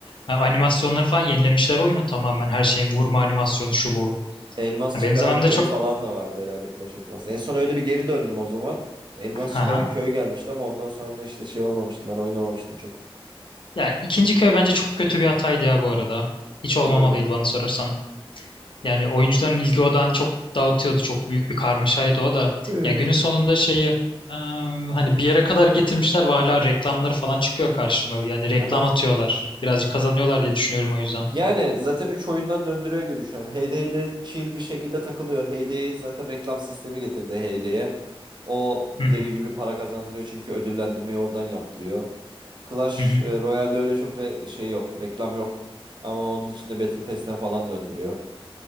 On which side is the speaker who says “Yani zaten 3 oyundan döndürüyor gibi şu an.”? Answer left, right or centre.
Right